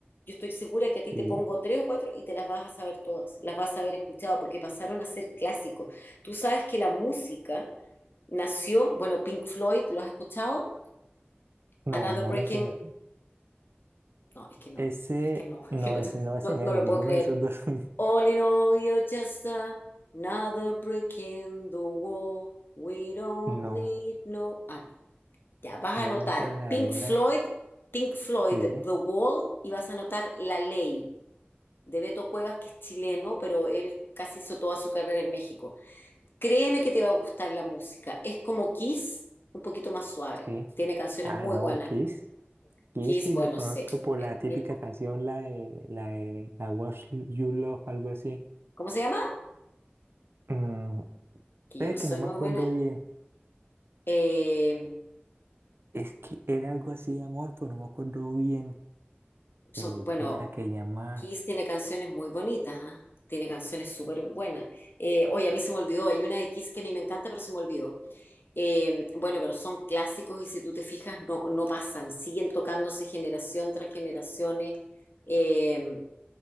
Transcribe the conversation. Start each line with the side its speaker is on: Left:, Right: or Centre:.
Left: yo estoy segura que a ti
Right: sí,
Left: te pongo tres o cuatro y te las vas a saber todas, las vas a haber escuchado porque pasaron a ser clásicos. Tú sabes que la música nació, bueno, Pink Floyd, ¿lo has escuchado?
Right: no,
Left: Another
Right: no
Left: Breaking
Right: me suena.
Left: No, es que no,
Right: Ese,
Left: es que no, <laughs>
Right: no,
Left: es que no,
Right: ese no, ese
Left: no,
Right: menos,
Left: no lo
Right: ninguno
Left: puedo creer.
Right: de esos dos. <laughs>
Left: All in all, you're just another brick in the wall. We don't
Right: No,
Left: need no. Ah, no. Ya, vas
Right: no
Left: a anotar
Right: me suena
Left: Pink
Right: de nada.
Left: Floyd, Pink Floyd,
Right: Sí,
Left: The Wall, y vas a anotar La Ley de Beto Cuevas, que es chileno, pero él casi hizo toda su carrera en México. Créeme que te va a gustar la música. Es como Kiss, un poquito más suave.
Right: sí.
Left: Tiene canciones
Right: Ah,
Left: muy
Right: no,
Left: buenas.
Right: Kiss. Kiss
Left: Kiss,
Right: sí
Left: bueno,
Right: lo conozco
Left: sé,
Right: por
Left: es
Right: la
Left: de
Right: típica
Left: mi época.
Right: canción, la de, la de I Was You Love, algo así.
Left: ¿Cómo se llama?
Right: Mm,
Left: que
Right: pero
Left: yo no soy
Right: que no me
Left: muy
Right: acuerdo
Left: buena.
Right: bien.
Left: eh,
Right: Es que era algo así, de amor, pero no me acuerdo bien.
Left: son,
Right: eh,
Left: bueno,
Right: ¿cómo era que llamaba
Left: Kiss tiene canciones muy bonitas, ¿ah? Tiene canciones súper buenas. Eh, oye, a mí se me olvidó, hay una de Kiss que a mí me encanta, pero se me olvidó. Eh, bueno, pero son clásicos y si tú te fijas, no, no pasan, siguen tocándose generación tras generaciones eh,